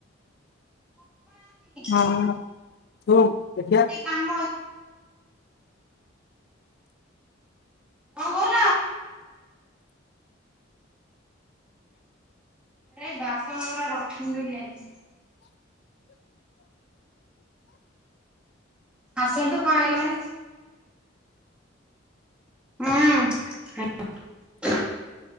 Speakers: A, on the left; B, in the centre.
A: ହଁ।
B: କାମ ଅଛି
A: ତବୋଉ ଦେଖିଆ।
B: କଣ କଁ କହୁ ରେ ବାସନ ଉରା ରଖିଦେଇକି ଯାଇଚି। ଆସନ୍ତୁ କଣ ହେଇଗଲା କି? ହୁଁ।